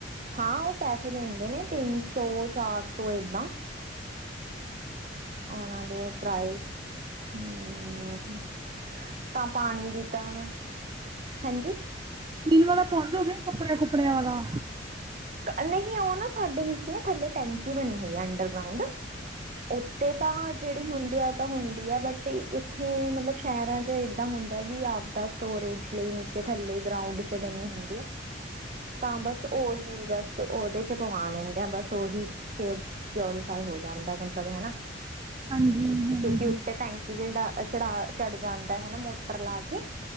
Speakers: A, on the right; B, on the right.
A: ਹਾਂ ਉਹ ਪੈਸੇ ਲੈਂਦੇ ਨੇ ਤਿੰਨ ਸੌ ਚਾਰ ਸੌ ਏਦਾਂ। ਉਹਨਾਂ ਦੇ ਭਰਾਏ, ਹੁੰ ਹੁੰ। ਤਾਂ ਪਾਣੀ ਦੀ ਤਾਂ ਹਾਂਜੀ।
B: ਪੀਣ ਵਾਲਾ ਪਾਉਂਦੇ ਹੋ ਗ ਕੱਪੜਿਆਂ ਕੁੱਪੜਿਆਂ ਵਾਲਾ।
A: ਨਹੀਂ ਉਹਓ ਨਾ ਸਾਡੇ ਨੀਚੇ ਨਾ ਥੱਲੇ ਟੈਂਕੀ ਬਣੀ ਹੋਈ ਆ ਅੰਡਰਗਰਾਂਊਂਂਡ। ਉੱਥੇ ਤਾਂ ਜੇ ਹੁੰਦੀ ਆ ਤਾ ਹੁੰਦੀ ਆ ਬਟ, ਇੱਥੇ ਮਤਲਬ ਸ਼ਹਿਰਾਂ ਚ ਏਦਾਂ ਹੁੰਦੈ ਵੀ ਆਪਦਾ ਸਟੋਰੇਜ ਲਈ ਨੀਚੇ ਥੱਲੇ ਗਰਾਉਂਡ ਚ ਬੰਨੀ ਹੁੰਦੀ ਆ, ਤਾਂ ਬਸ ਓਹੀ ਕੀ ਬਸ ਉਹਦੇ ਚ ਪਵਾ ਲੈਂਦੇ ਆ ਬਸ ਉਹੀ ਫੇਰ ਪਿਓਰੀਫਾਏ ਹੋ ਜਾਂਦੈ ਮਤਲਬ ਹੈਨਾ।
B: ਹਾਂਜੀ ਹਾਂਜੀ
A: ਕਿਉਂਕਿ ਉੱਥੇ ਟੈਂਕੀ ਜਿਹੜਾ ਚੜਾ ਚੜ੍ਹ ਜਾਂਦੈ ਹਨਾ ਮੋਟਰ ਲਾ ਕੇ